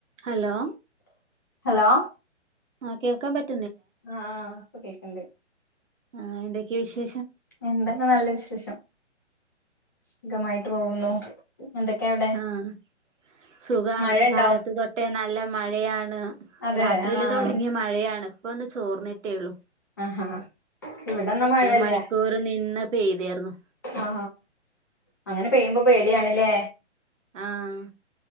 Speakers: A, on the right; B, on the left.
A: Hello
B: hello
A: ആ കേൾക്കാൻ പറ്റ
B: ആഹ് ആഹ് ഇപ്പോ കേക്ക്‌ണ്ട്
A: ആഹ്‌ എന്തെക്കെ വിശേ
B: എന്താണ് നല്ല വിശേഷം സുഖമായിട്ട് പോകുന്നു. എന്തൊക്കെയാ അവിടെ
A: ആഹ് സുഖാണ്
B: മഴയുണ്ടോ
A: കാലത്ത് തൊട്ടേ നല്ല മഴയാണ്
B: അതെ
A: രാത്രിയില്
B: ആഹ്
A: തൊടങ്ങിയ മഴയാണ് ഇപ്പോ ഒന്ന് ചോർന്നിട്ടേയുള്ളൂ
B: അഹ് ആഹ് ഇവിടെയൊന്നും മഴയില്ല
A: മണിക്കൂർ നിന്ന് പെയ്തായിരുന്നു
B: അ ആ അങ്ങനെ ചെയ്യുമ്പോ പേടിയാണല്ലേ
A: ആഹ്